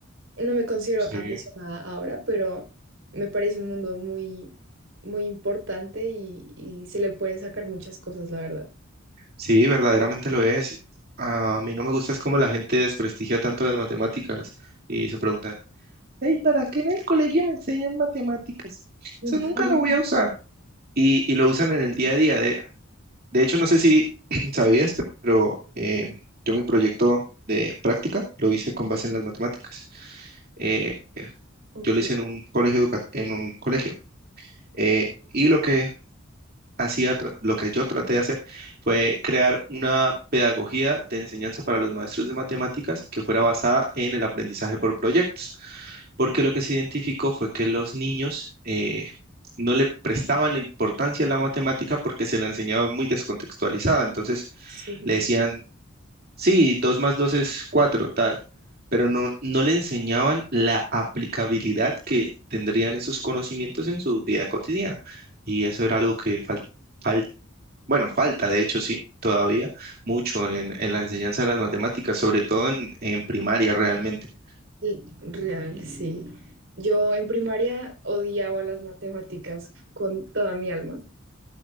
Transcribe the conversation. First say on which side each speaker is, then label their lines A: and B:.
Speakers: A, on the right; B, on the right.
A: No me considero
B: Sí.
A: aficionada ahora, pero me parece un mundo muy, muy importante y, y se le pueden sacar muchas cosas, la verdad.
B: Sí, verdaderamente lo es. A mí no me gusta es cómo la gente desprestigia tanto las matemáticas y se preguntan, hey, ¿para qué en el colegio me enseñan matemáticas?
A: <laughs>
B: Eso nunca lo voy a usar. Y, y lo usan en el día a día. De hecho, no sé si <clears throat> sabías, pero eh, yo mi proyecto de práctica lo hice con base en las matemáticas. Eh,
A: Ok,
B: yo lo hice en un colegio, educa- en un colegio. eh, y lo que hacía, tra- lo que yo traté de hacer fue crear una pedagogía de enseñanza para los maestros de matemáticas que fuera basada en el aprendizaje por proyectos. Porque lo que se identificó fue que los niños eh, no le prestaban la importancia a la matemática porque se la enseñaba muy descontextualizada. Entonces,
A: sí, sí,
B: le
A: sí.
B: decían, sí, 2 más 2 es 4 tal, pero no, no le enseñaban la aplicabilidad que tendrían esos conocimientos en su vida cotidiana. Y eso era algo que fal- fal- bueno, falta, de hecho, sí, todavía mucho en, en la enseñanza de las matemáticas, sobre todo en, en primaria realmente.
A: Y Real, sí. Yo en primaria odiaba las matemáticas con toda mi alma,